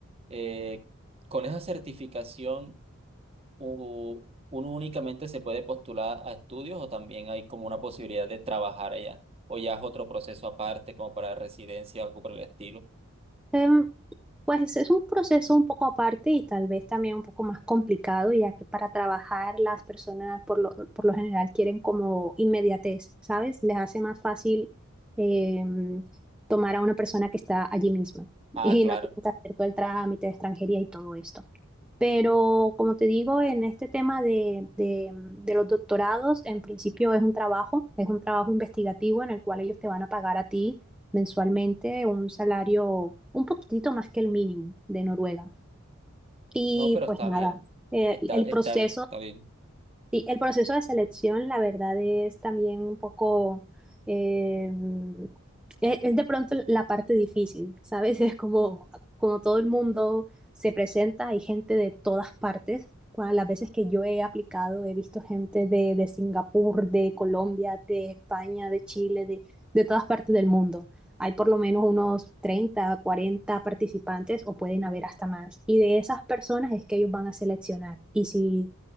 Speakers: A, on the right (about 25°); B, in the centre.
A: eh, con esa certificación u- uno únicamente se puede postular a estudios o también hay como una posibilidad de trabajar allá? ¿O ya es otro proceso aparte, como para residencia o algo por el estilo?
B: Em, pues es un proceso un poco aparte y tal vez también un poco más complicado, ya que para trabajar las personas por lo, por lo general quieren como inmediatez, ¿sabes? Les hace más fácil em, tomar a una persona que está allí misma
A: Ah,
B: y
A: claro.
B: no tienen que hacer todo el trámite de extranjería y todo esto. Pero como te digo, en este tema de, de, mm, de los doctorados, en principio es un trabajo, es un trabajo investigativo en el cual ellos te van a pagar a ti mensualmente un salario un poquitito más que el mínimo de Noruega. Y
A: No, pero
B: pues
A: está
B: nada,
A: bien.
B: eh,
A: Está,
B: el
A: está,
B: proceso
A: está bien.
B: Sí, el proceso de selección, la verdad, es también un poco, eh, es, es de pronto la parte difícil, ¿sabes? <laughs> Es como, como todo el mundo se presenta, hay gente de todas partes. Cua- Las veces que yo he aplicado, he visto gente de, de Singapur, de Colombia, de España, de Chile, de, de todas partes del mundo. Hay por lo menos unos 30, 40 participantes o pueden haber hasta más. Y de esas personas es que ellos van a seleccionar. Y si